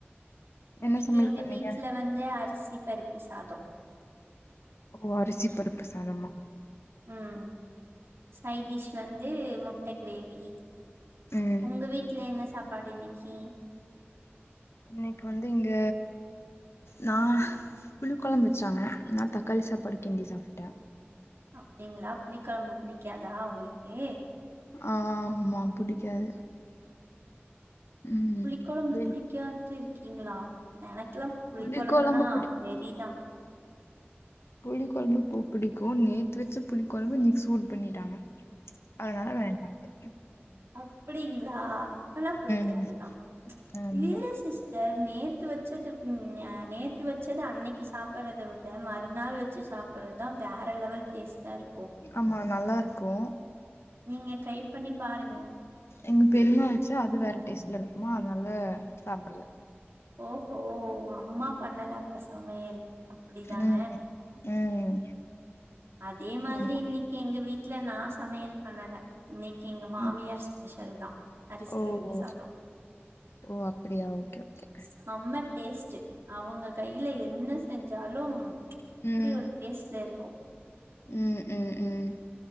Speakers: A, on the right; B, on the left.
A: இன்னக்கி
B: என்ன சமையல்
A: எங்க
B: பண்ணீங்க
A: வீட்ல வந்து அரிஸ் ப்பருப்பு சாதோ
B: ஓ அரிசி பருப்புசாதமா
A: உம் சைட் டிஷ் வந்து முட் ட்ட கிரேவி
B: ம்
A: உங்க வீட்ல என்ன ஸ் சாப்பாடு இன்னிக்கி
B: இன்னிக்கு வந்து இங்க நா புளி கொழம்பு வெச்சாங்க நா தக்காளி சாப்பாடு கிண்டி சாப்ட்டே
A: அப்டிங்களா புளி கொழம்பு புடிக்காதா உங்களுக்கு
B: ஆஹ் ஆமா புடிக்காது ம்
A: புளிக் கொழம்பு
B: வெள்
A: புடிக்காத்திரு கிங்ளா எனக் க்ல்லா புளி
B: புளிக்கொழம்பு
A: கொழம்புனா வெறிதா
B: புளி கொழம்பு பொ புடிக்கு நேத்து வெச்ச புளி கொழம்ப இன்னிக் சூடு பண்ணிட்டாங்க அதனால வேண்டான்ட்டே
A: அப்பிடிங்ளா அப்பனா புடிக்காதுதா
B: ம் ஆமா
A: இல்ல சிஸ்டர் நேத்து வெச்சது ம் ய நேத்து வெச்சத அன்னிக்கி சாப்பட்றத விட மறுநாள் வெச்சு சாப்பிட்றத்தா வேற லெவல் டேஸ்ட்டா இரு
B: ஆமா நல்லா இரு கூ
A: நீங்க ட்ரை பண்ணி பாருங்க
B: எங்க பெரிம்மா வெச்சா அது வேற டேஸ்ட்ல இருக்குமா அதனால சாப்பல்ல
A: ஓஹோ அம்மா பண்ணலா அப்ப சமையல் அப்பிடிதான
B: ம் ம்
A: அதேமாதிரி
B: ஆமா
A: இன்னிக்கி எங்க வீ ட்ல நா சமையல் பண்ணல இன்னி எங்க மாமியார்
B: ம்
A: ஸ்பெஷல் தா அரிசி
B: ஓ
A: பருப்பு
B: ஓ
A: சாதோ
B: ஓ அப்படியா ஓகே ஓகே
A: செம்ம டேஸ்ட்டு அவுங்க கையில என்ன செஞ் ஜாலும் அப்பிடி
B: ம்
A: ஒரு டேஸ்ட்ல இருக்கும்
B: ம் ம் ம்